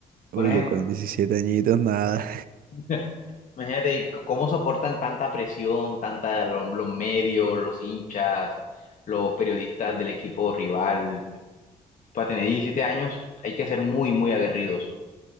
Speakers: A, on the right; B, on the left.
A: Uy,
B: Por ejemplo,
A: yo con 17 añitos, nada.
B: <laughs> imagínate c- cómo soportan tanta presión, tanta, lo- los, medios, los hinchas, los periodistas del equipo rival. Para tener 17 años hay que ser muy, muy aguerridos.